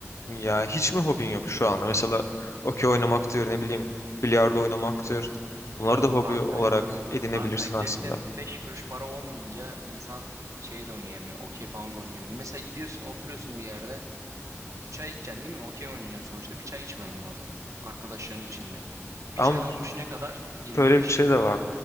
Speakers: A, on the left; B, on the right.
A: ya hiç mi hobin yok şu anda? Mesela okey oynamaktır, ne bileyim bilardo oynamaktır. Bunları
B: Yok
A: da hobi
B: kanka
A: olarak
B: ya.
A: edinebilirsin
B: Kanka
A: aslında.
B: cepte 5 kuruş para olmayınca insan şey de oynayamıyor. Okey falan da oynayamıyor. Mesela gidiyorsun oturuyorsun bir yerde. Çay içeceksin değil mi? Okey oynayacaksın sonuçta. Bir çay içmen lazım. Arkadaşların içinde. Bir
A: Ama
B: çay olmuş ne kadar? yirmi
A: böyle
B: beş
A: bir şey
B: lira.
A: de var.